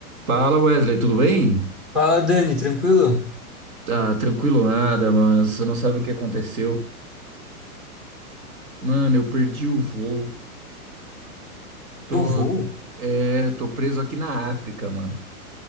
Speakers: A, on the right; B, in the centre.
A: Fala Wesley, tudo bem?
B: Fala, Dani, tranquilo?
A: Tá tranquilo nada, mano. Você não sabe o que aconteceu. Mano, eu perdi o voo. Tô,
B: Eu vou?
A: é, tô preso aqui na África, mano.